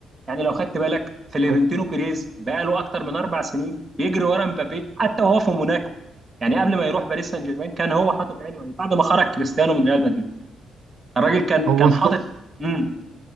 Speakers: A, on the right; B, on the right.
A: يعني لو خدت بالك فلورنتينو
B: هو-
A: بيريز بقاله اكتر من اربع سنين بيجري ورا امبابي حتى وهو في موناكو يعني قبل ما يروح باريس سان جيرمان كان هو حاطط عينه عليه بعد ما خرج كريستيانو من ريال مدريد الراجل كان
B: هو
A: كان
B: صف-
A: حاطط امم